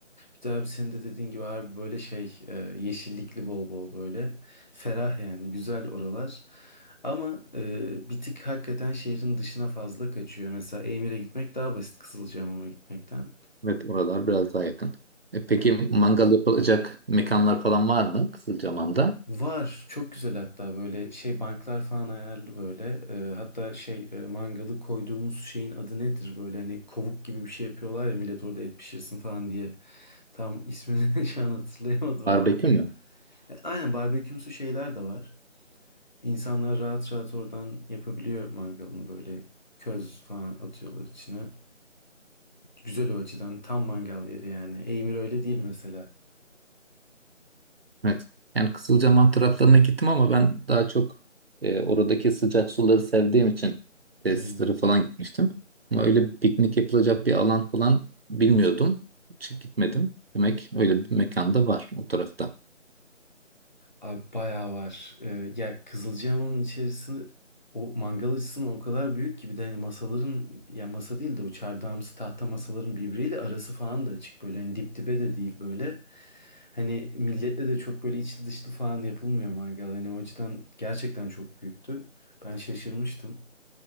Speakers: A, on the left (about 35°); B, on the right (about 50°).
A: Bir de abi senin de dediğin gibi abi böyle şey e, yeşillikli bol bol böyle ferah yani güzel oralar. Ama e, bir tık hakikaten şehrin dışına fazla kaçıyor. Mesela Emir'e gitmek daha basit Kızılcahamam'a gitmekten.
B: Evet oralar biraz daha yakın. E peki
A: Yani
B: mangal yapılacak mekanlar falan var mı Kızılcahamam'da?
A: Var. Çok güzel hatta böyle şey banklar falan ayarlı böyle. Ee, hatta şey e, mangalı koyduğumuz şeyin adı nedir? Böyle hani kovuk gibi bir şey yapıyorlar ya millet orada et pişirsin falan diye. Tam ismini <laughs> şu an hatırlayamadım
B: Barbekü
A: ama.
B: mü?
A: E, aynen barbekümsü şeyler de var. İnsanlar rahat rahat oradan yapabiliyor mangalını böyle köz falan atıyorlar içine. Güzel o açıdan tam mangal yeri yani. Eymir öyle değil mesela.
B: Evet. Yani Kızılcahamam taraflarına gittim ama ben daha çok e, oradaki sıcak suları sevdiğim için tesislere
A: Hmm.
B: falan gitmiştim. Ama öyle piknik yapılacak bir alan falan bilmiyordum. Hiç gitmedim. Demek öyle bir mekan da var o tarafta.
A: Abi bayağı var. Ee, ya Kızılcahamam'ın içerisinde o mangal açısından o kadar büyük ki bir de hani masaların ya masa değil de o çardağımsı tahta masaların birbiriyle arası falan da açık böyle hani dip dibe de değil böyle. Hani milletle de çok böyle içli dışlı falan yapılmıyor mangal. Hani o açıdan gerçekten çok büyüktü. Ben şaşırmıştım.